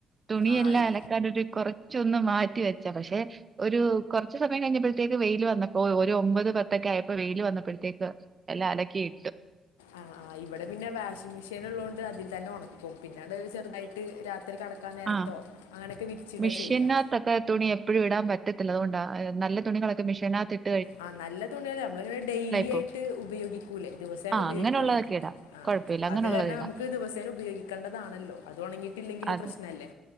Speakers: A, on the right (about 35°); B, on the left (about 75°).
A: തുണിയെല്ലാം
B: ആ ഇ-
A: അലക്കാൻ ഒരു കുറച്ച് ചൊന്ന് മാറ്റി വെച്ച പക്ഷെ ഒരു കുറച്ച് സമയം കഴിഞ്ഞപ്പോഴത്തേക്ക് വെയിൽ വന്നപ്പോ ഒരു ഒമ്പത് പത്തൊക്കെ ആയപ്പോ വെയില് വന്നപ്പോ അപ്പോഴത്തേക്ക് എല്ലാം അലക്കിയിട്ട്
B: ആഹ് ഇവിടെ പിന്നെ വാഷിംഗ് മെഷീൻ ഉള്ളതുകൊണ്ട് അതിൽ തന്നെ ഉണക്കും പിന്നട് ചെറു ചൊറുതായിട്ട് രാത്രി കിടക്കാൻ നേരത്തോ
A: ആഹ്
B: അങ്ങനെയൊക്കെ വിരിച്ചിടുക
A: മിഷെൻ
B: ചെയ്യാം
A: അകത്ത് ഒക്കെ തുണി എപ്പഴും ഇടാൻ പറ്റ റ്റത്തില്ല അതുകൊണ്ടാ നല്ല തുണികളൊക്കെ മെഷീനകത്ത് ഇ
B: ആഹ് നല്ല തുണിയല്ലേ നമ്മളിങ്ങനെ ഡെയിലി
A: പോവും
B: ആയിട്ട് ഉപയോഗിക്കൂലേ ദിവസേന
A: ആ
B: ഉപയോഗിക്കൂലേ
A: അങ്ങനെയുള്ളതൊക്കെ ഇടാം
B: ആഹ്
A: കൊഴപ്പമില്ല അങ്ങനെയുള്ളത്
B: അത് കാരണം
A: ഇടാം
B: നമുക്ക് ദിവസേന ഉപയോഗിക്കേണ്ടതാണല്ലോ അത് ഉണങ്ങിയിട്ടില്ലെങ്കിൽ
A: അതെ
B: പ്രശ്നം അല്ലേ